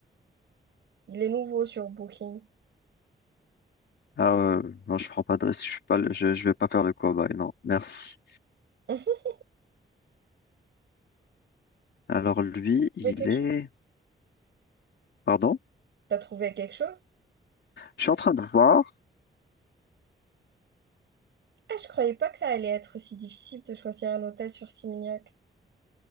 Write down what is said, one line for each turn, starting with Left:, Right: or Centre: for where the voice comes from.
Right: Il est nouveau sur Booking.
Left: Ah ouais, non, je prends pas de risque. Je suis pas, le- je, je vais pas faire le cobaye, non. Merci.
Right: <laughs> t'as
Left: Alors lui, il
Right: trouvé quelque
Left: est.
Right: chose?
Left: Pardon?
Right: T'as trouvé quelque chose?
Left: Je suis en train de voir.
Right: Ah, je croyais pas que ça allait être si difficile de choisir un hôtel sur Simignac.